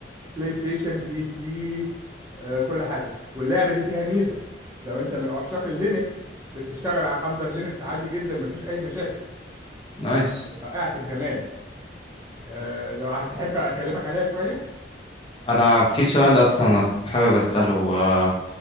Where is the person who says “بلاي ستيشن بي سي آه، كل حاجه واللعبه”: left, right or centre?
Right